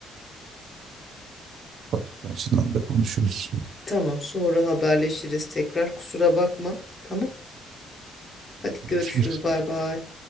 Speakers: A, on the right; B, on the left.
A: Bak açıdan da konuşuruz.
B: Tamam sonra haberleşiriz tekrar kusura bakma. Tamam hadi
A: Konuşuruz.
B: görüşürüz bay bay.